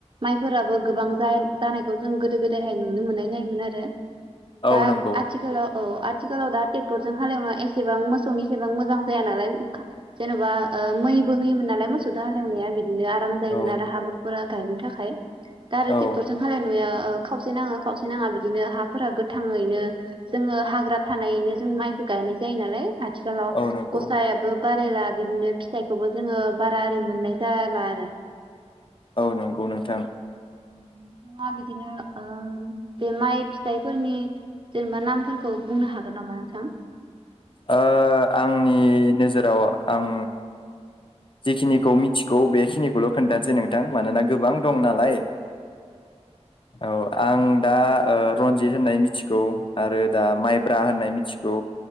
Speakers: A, on the right (about 45°); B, on the left (about 45°).
A: माइफोराबो गोबां जा जानायखौ जों गोदो गोदायहाय नुनो मोननाय जायोमोन आरो ।
B: औ
A: दा
B: नंगौ
A: आथिखालाव औ आथिखालाव दा टेक्टरजों हालेवनाय एसेबां मोसौनि सेबां मोजां जाया नालाय जेन'बा ओ मैबो होयोमोन नालाय मोसौदो हालेवनाया बि दिनो आराम जायोमोन
B: औ
A: आरो हाब्रुफोरा गायनो थाखाय दा आरो
B: औ
A: टेक टरजों हालेवनाय नुयो ओ खावसे नाङो खावसे नाङा बिदिनो हाफोरा गोथाङैनो जोङो हाग्रा थानायनो जों माइखो गायनाय जायो नालाय आथिखालाव
B: औ नंगौ
A: गसायाबो बारायला बिदिनो फिथाइखोबो जोङो बारा ओरै मोननाय जाला आरो ।
B: औ नंगौ नोंथां
A: नोंथाङा बिदिनो ओ बे माइ फिथाइफोरनि जेनेबा नामफोरखौ बुंनो हागोन नामा नोंथां?
B: ओ आंनि नोजोराव आं जिखिनिखौ मिथिगौ बेखिनिखौल' खोन्थानोसै नोंथां मानोना गोबां दं नालाय औ आं दा ओ रन्जित होननाय मिथिगौ आरो दा माइब्रा होननाय मिथिगौ